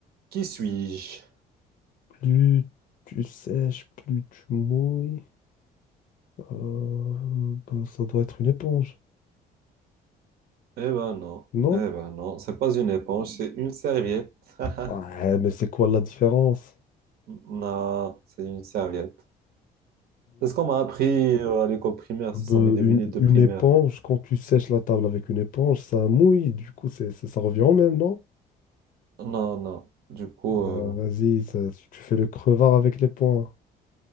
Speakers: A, on the right; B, on the left.
A: Qui suis-je?
B: Plus tu sèches, plus tu mouilles. Euh, bah, ça doit être une éponge.
A: Eh ben non,
B: Non?
A: eh ben non, c'est pas une éponge, c'est une serviette. <laughs>
B: Ouais, mais c'est quoi la différence?
A: Non, c'est une serviette. C'est ce qu'on m'a appris euh, à l'école primaire,
B: Ben,
A: ce sont mes devinettes
B: une,
A: de
B: une
A: primaire.
B: éponge, quand tu sèches la table avec une éponge, ça mouille, du coup, c'est, c'est- ça revient au même, non?
A: Non, non, du coup,
B: Euh,
A: euh,
B: vas-y, ça- tu fais le crevard avec les poings.